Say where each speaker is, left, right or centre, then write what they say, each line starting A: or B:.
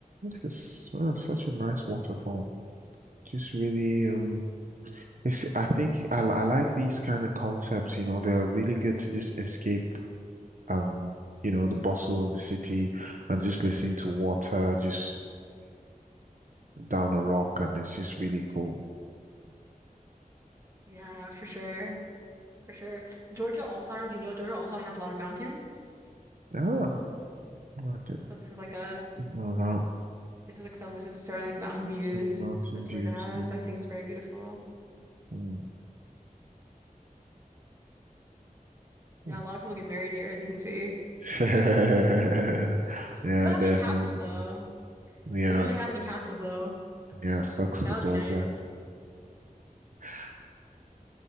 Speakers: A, on the right; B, on the right.
A: It's uh, such a nice waterfall. Just really, um, it's, I think I, I like these kind of concepts, you know, they're really good to just escape um, you know, the bustle of the city and just listening to water just down a rock and it's just really cool.
B: Yeah, for sure. For sure. Georgia also, I don't know if you know, Georgia also has a lot of mountains.
A: Ah, I didn't
B: So this is like a
A: know that.
B: this is like some this is certain like mountain views
A: Some mountain
B: that Georgia
A: views.
B: has.
A: yeah.
B: that I think is very beautiful.
A: Hmm.
B: Yeah,
A: Hmm.
B: a lot of people get married here, as you can see.
A: <laughs>
B: Yeah.
A: Yeah,
B: We don't have
A: definitely.
B: any castles though.
A: Yeah,
B: We don't really have any castles though.
A: yeah, sucks
B: That
A: for
B: would
A: Georgia.
B: be nice.
A: <laughs>